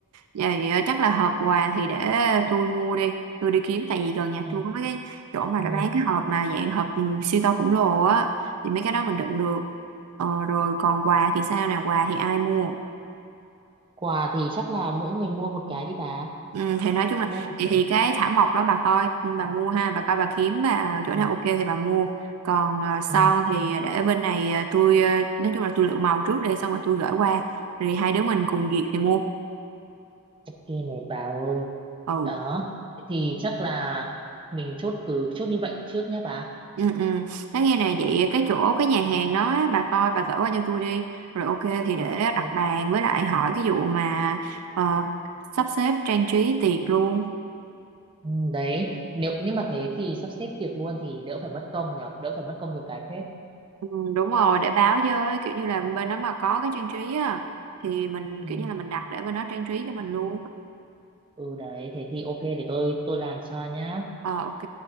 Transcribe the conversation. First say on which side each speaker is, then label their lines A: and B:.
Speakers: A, on the right (about 70°); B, on the right (about 25°).
A: vậy ờ, chắc là hộp quà thì để tôi mua đi, tôi đi kiếm tại vì gần nhà
B: Ừ.
A: tôi có mấy cái chỗ mà
B: Ừ.
A: đã bán cái hộp mà dạng hộp ừ, siêu to khổng lồ á thì mấy cái đó mình đựng được. Ờ, rồi còn quà thì sao nào, quà thì ai mua?
B: Quà thì chắc là mỗi người mua một cái đi bà.
A: Ừ, thì nói chung là
B: Mua một
A: thì,
B: cái
A: thì cái thảm mộc đó bà coi bà mua ha, bà coi bà kiếm bà chỗ
B: ừ,
A: nào ok thì bà mua. Còn ờ, son
B: ừ,
A: thì để bên này ờ, tôi ờ, nói chung là tôi lựa màu trước đi xong rồi tôi gửi qua rồi hai đứa mình cùng duyệt thì mua.
B: kia này bà ơi.
A: Ừ.
B: Đó. Thế Thì chắc là mình chốt cứ chốt như vậy trước nhá bà.
A: Ừ, ừ. Nói nghe nè vậy cái chỗ cái nhà hàng đó á, bà coi bà gửi qua cho tôi đi rồi ok thì
B: Ừ,
A: để
B: ok.
A: đặt bàn với lại hỏi cái vụ mà ờ, sắp xếp trang trí tiệc luôn
B: Ừ, đấy. Nếu nhưng mà thế thì sắp xếp tiệc luôn thì đỡ phải mất công nhở, đỡ phải mất công nhiều cái phết.
A: ừ, đúng rồi để báo với kiểu như là bên đó mà có cái trang trí á thì mình
B: Ừ.
A: kiểu như là mình đặt để bên đó trang trí cho mình luôn
B: Ừ đấy, thế thì ok để tôi tôi làm cho nhá.
A: ờ ok